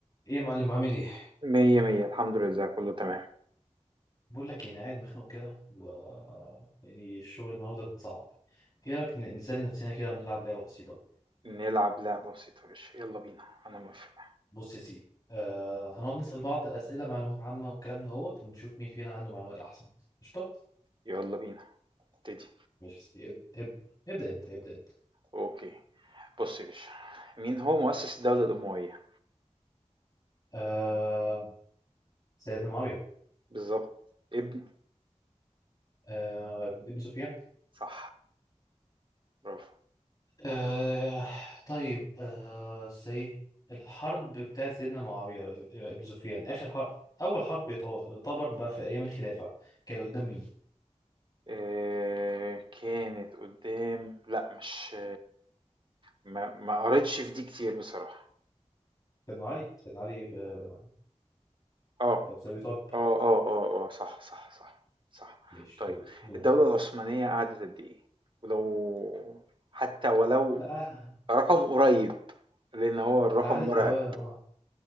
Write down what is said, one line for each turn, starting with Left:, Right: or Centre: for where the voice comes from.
Left: ايه يا معلم عامل ايه
Right: مية مية الحمد لله كله تمام
Left: بقول لك يعني قاعد مخنوق كده و يعني الشغل النهارده كان صعب ايه رايك ن- نسلي نفسنا كده ونلعب لعبه بسيطه
Right: نلعب لعبة بسيطة يا باشا يلا بينا أنا موافق
Left: بص يا سيدي آه هنقعد نسال بعض اسئله معلومات عامه والكلام ده هو ونشوف مين فينا عنده معلومات احسن قشطه
Right: يلا بينا ابتدي
Left: ماشي يا سيدي اب- اب- ابدا انت ابدا انت
Right: أوكي بص يا باشا مين هو مؤسس الدولة الأموية؟
Left: آه سيدنا معاويه
Right: بالظبط ابن
Left: آه ابن سفيان
Right: صح برافو
Left: آه طيب آه سي الحرب بتاعت سيدنا معاوية آه، ابن سفيان آخر حرب أول حرب يعتبر يعتبر بقى في أيام الخلافة كان قدام مين؟
Right: إيه كانت قدام لأ مش ما ما قريتش في دي كتير بصراحة
Left: سيدنا علي سيدنا علي ب-
Right: آه.
Left: بن أبي طالب
Right: آه، آه، آه، آه، صح، صح، صح، صح.
Left: مش
Right: طيب
Left: دول دول
Right: الدولة العثمانية قعدت قد إيه؟ ولو حتى ولو
Left: لا
Right: رقم قريب لأن هو الرقم
Left: قعدت
Right: مرعب
Left: حوالي اه